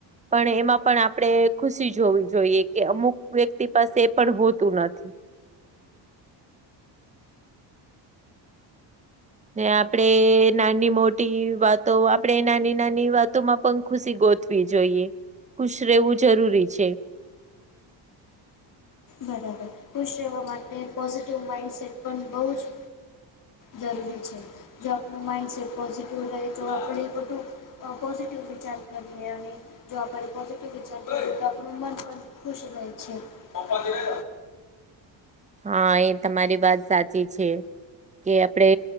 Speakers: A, on the right; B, on the left.
A: પણ એમાં પણ આપણે ખુશી જોવી જોઈએ કે અમુક વ્યક્તિ પાસે એ પણ હોતું નથી ને આપડે નાની મોટી વાતો આપડે નાની નાની વાતોમાં પણ ખુશી ગોત જોઈએ ખુશ રહેવું જરૂરી છે.
B: બરાબર ખુશ રહેવા માટે પોઝિટિવ માઇન્ડસેટ પણ બોજ જરૂરી છે. જો આપણું માઇન્ડસેટ પોઝિટિવ રહે તો આપણે બધું અ પોઝિટિવ વિચાર કરીએ અને જો આપણે પોઝિટ વિચાર કરીએ તો આપણું મન પણ ખુશ રહે છે. પંધ
A: હા એ તમારી વાત સાચ્ચી છે કે આપડે